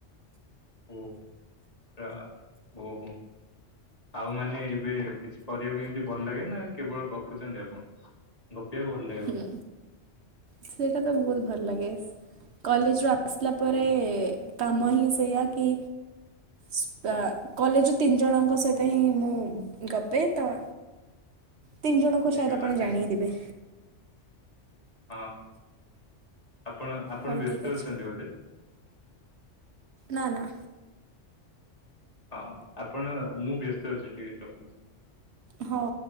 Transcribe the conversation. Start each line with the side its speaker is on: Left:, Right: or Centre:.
Left: ହୁଁ ଆ ଓହୋ। ଆଉମାନେ ଏବେ କିଛି କରିବାକୁ ଏମିତି ଭଲ ଲାଗେ ନା କେବଳ ଗପୁଚନ୍ତି ଆପଣ। ଗପିବାକୁ ଭଲଲାଗେ
Right: ହୁଁ
Left: ବୋଧେ
Right: ସେଇଟା ତ ବହୁତ ଭଲ ଲାଗେ। କଲେଜ ରୁ ଆସିଲା ପରେ
Left: ଓହୋ
Right: କାମ ହିଁ ସେୟା କି ସ ଆ କଲେଜରୁ ତିନିଜଣଙ୍କ ସହିତ ହିଁ ମୁଁ ଗପେ ତ
Left: <inaudible>
Right: ତିନି ଜଣଙ୍କୁ
Left: ହେଇଗଲା
Right: ଶାୟଦ୍ ଆପଣ
Left: ଟାଇମ
Right: ଜାଣି ହିଁ ଥିବେ।
Left: ହଁ ଆପଣ ଆପଣ
Right: ହଉ
Left: ବ୍ୟସ୍ତ
Right: ଠିକ୍ ଅଛି
Left: ଅଛନ୍ତି ବୋଧେ।
Right: ନା ନା।
Left: ହଁ ଆପଣ ମୁଁ ବ୍ୟସ୍ତ ଅଛି ଟିକେ ରଖୁଛି।
Right: ହଉ।